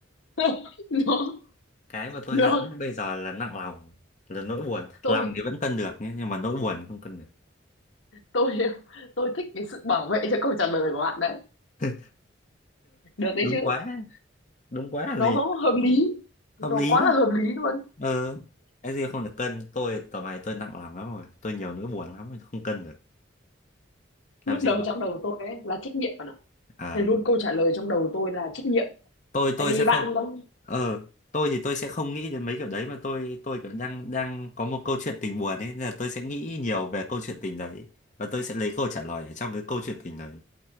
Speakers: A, on the left; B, on the left.
A: <laughs> nó
B: cái mà tôi
A: được
B: nặng nhất bây giờ là nặng lòng là nỗi buồn
A: tôi
B: lòng thì vẫn cân được nhé nhưng mà nỗi buồn thì không cân được
A: tôi tôi thích cái sự bảo vệ cho câu trả lời của bạn đấy
B: <laughs>
A: được đấy
B: đúng
A: chứ
B: quá đúng quá là
A: nó
B: gì
A: hợp lý nó
B: hợp lý
A: quá là hợp lý luôn
B: ờ cái gì không được cân tôi tầm này tôi nặng lòng lắm rồi tôi nhiều nỗi buồn lắm không cân được
A: lúc
B: làm gì
A: đầu
B: vậy
A: trong đầu tôi ấy là trách nhiệm bạn ạ
B: Ờ.
A: thế luôn câu trả lời trong đầu tôi là trách nhiệm
B: tôi
A: tại
B: tôi
A: vì
B: sẽ không
A: bạn lắm
B: ờ tôi thì tôi sẽ không nghĩ đến mấy kiểu đấy mà tôi tôi kiểu đang đang có một câu chuyện tình buồn ấy nên là tôi sẽ nghĩ nhiều về câu chuyện tình đấy và tôi sẽ lấy câu trả lời ở trong cái câu chuyện tình đấy